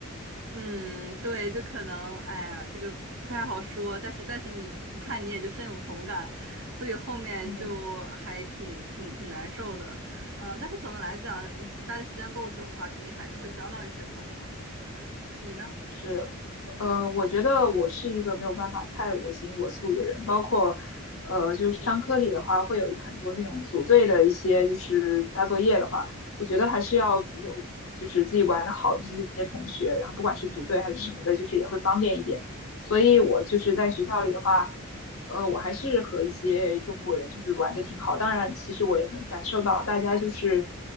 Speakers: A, on the right; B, on the left.
A: 嗯，对，就可能，哎呀，这个不太好说，但是但是你你看你也就深有同感，所以后面就还挺挺挺难受的，
B: 嗯
A: 嗯、但是总的来讲，嗯待的时间够久的话，肯定还是会交到一些朋友的。对，你呢？
B: 是，呃，我觉得我是一个没有办法太我行我素的人，包括，呃，就是商科里的话，会有很多这种组队的一些就是大作业的话，我觉得还是要有就是自己玩的好的这些同学，然后不管是组队还是什么的，就是也会方便一点。所以我就是在学校里的话，呃，我还是和一些中国人就是玩的挺好，当然其实我也能感受到大家就是。